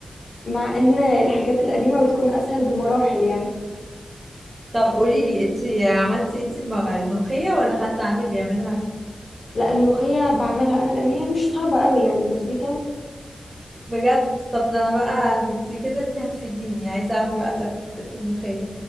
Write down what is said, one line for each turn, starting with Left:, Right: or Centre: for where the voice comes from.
Left: مع ان الحاجات القديمة بتكون اسهل بمراحل يعني
Right: طب قولي لي انت عملتي انت الم- الملوخية ولا حد عندك بيعملها
Left: لا الملوخية بعملها انا لان هي مش صعبة قوي يعني بسيطة
Right: بجد طب ده انا بقى انت كده انت هتفيديني عايزة اعرف بقى طريقة الملوخية